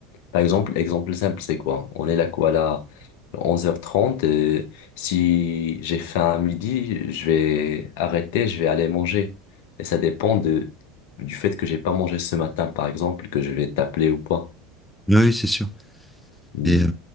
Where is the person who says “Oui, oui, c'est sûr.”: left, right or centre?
Centre